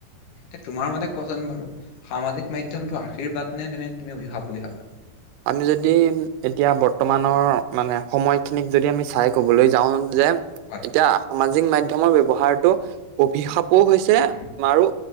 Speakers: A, on the left; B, on the right.
A: এ তোমাৰ মতে কোৱাচোন বাৰু সামাজিক মাধ্যমটো আশীৰ্বাদ নে তে তুমি অভিশাপ বুলি ভাবা?
B: আমি যদি এতিয়া বৰ্তমানৰ মানে সময়খিনিক যদি আমি চাই ক'বলৈ যাওঁ যে এতিয়া
A: হয়,
B: সামাজিক মাধ্যমৰ ব্যৱহাৰটো অভিশাপো হৈছ ছে
A: উম,
B: আৰু